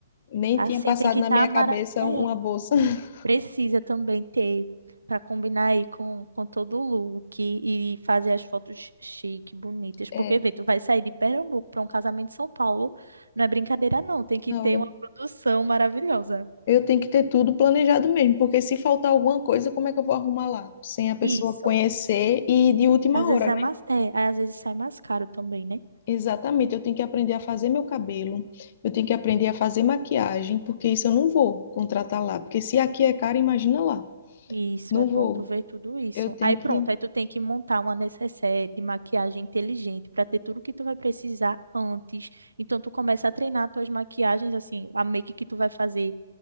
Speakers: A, on the left; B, on the right.
A: nem
B: assim,
A: tinha passado
B: tem que
A: na
B: estar
A: minha
B: mara...
A: cabeça
B: É.
A: uma bolsa. <laughs>
B: Precisa também ter para combinar aí com, com todo o look e fazer as fotos chique, bonitas. Porque,
A: É,
B: vê, tu vai sair de Pernambuco para um casamento em São Paulo, não é brincadeira, não. Tem que
A: não,
B: ter uma produção maravilhosa.
A: eu tenho que ter tudo planejado mesmo, porque se faltar alguma coisa, como é que eu vou arrumar lá? Sem a pessoa
B: Isso.
A: conhecer e de última
B: Às vezes
A: hora,
B: é mais, é, aí às vezes sai mais caro também, né?
A: Exatamente, eu tenho que aprender a fazer meu cabelo, eu tenho que aprender a fazer maquiagem, porque isso eu não vou contratar lá, porque se aqui é caro, imagina lá.
B: Isso,
A: Não
B: é bom
A: vou.
B: tu ver tudo isso.
A: Eu tenho
B: Aí
A: que.
B: pronto, aí tu tem que montar uma necessaire de maquiagem inteligente para ter tudo que tu vai precisar antes. Então tu começa a treinar tuas maquiagens, assim, a make que tu vai fazer